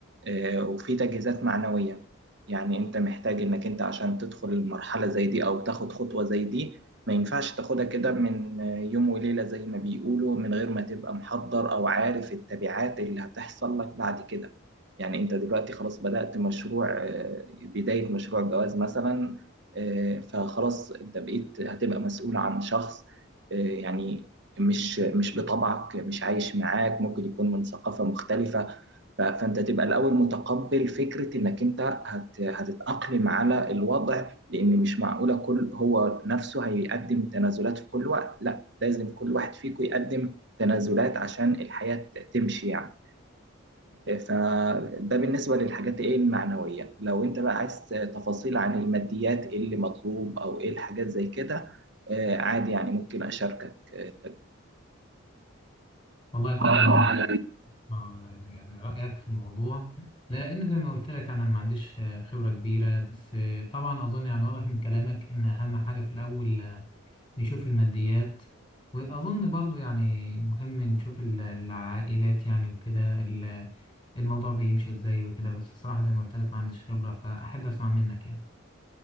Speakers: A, on the right; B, on the left.
A: آه، وفي تجهيزات معنوية يعني أنت محتاج إنك أنت عشان تدخل المرحلة زي دي أو تاخد خطوة زي دي ما ينفعش تاخدها كده من آه، يوم وليلة زي ما بيقولوا من غير ما تبقى محضر أو عارف التبعات اللي هتحصل لك بعد كده يعني أنت دلوقتي خلاص بدأت مشروع آه، بداية مشروع جواز مثلا آه، فخلاص انت بقيت هتبقى مسؤول عن شخص آه، يعني مش مش بطبعك مش عايش معاك ممكن يكون من ثقافة مختلفة ف- فانت تبقى الاول متقبل فكرة انك انت هت هتتأقلم على الوضع لان مش معقولة كل هو نفسه هيقدم تنازلات في كل وقت لا لازم كل واحد فيكم يقدم تنازلات عشان الحياة تمشي يعني فده بالنسبة للحاجات ايه المعنوية لو انت بقى عايز تفاصيل عن الماديات ايه اللي مطلوب او ايه الحاجات زي كده آه، عادي يعني ممكن اشاركك آه،
B: والله طبعا
A: التجربة
B: يعني ما يعني رأيك في الموضوع لأن زي ما قلت لك أنا ما عنديش آه، خبرة كبيرة بس آه، طبعا أظن يعني واضح من كلامك إن أهم حاجة في الأول آه، نشوف الماديات وأظن برضو يعني مهم نشوف ال- العائلات يعني وكده ال- الموضوع بيمشي إزاي وكده بس الصراحة زي ما قلت لك ما عنديش خبرة فأحب أسمع منك يعني